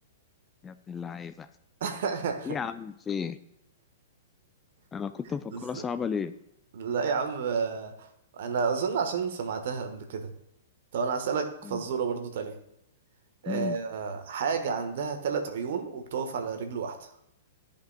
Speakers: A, on the left; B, on the right.
A: يا ابن اللعيبه
B: <laughs>
A: ايه يا عم في ايه انا كنت مفكرها
B: بس
A: صعبه ليه
B: لا يا عم آه، أنا أظن عشان سمعتها قبل كده طب أنا هسألك
A: مم.
B: فزورة برضو تانية أه
A: مم.
B: حاجة عندها ثلاث عيون وبتقف على رجل واحدة